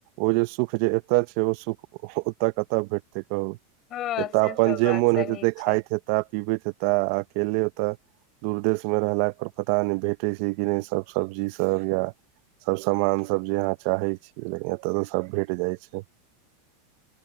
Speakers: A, on the right; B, on the left.
A: ओ जे सुख जे एतय छै, ओ सुख ओतऽ कतऽ भेटतै कहू
B: हँ
A: एतऽ
B: से।
A: अपन
B: तऽ
A: जे
B: बात
A: मोन
B: सही
A: होते खाइत
B: छै
A: हेता। पीबैत हेता अकेले ओताे। दूर् देश मे रहला पर पता नहि भेटै छै कि नहि सभ सब्जी सभ या। सभ सामान सभ जे अहाँ चाहे छी लेकिन एतो सभ भेट जाय छै।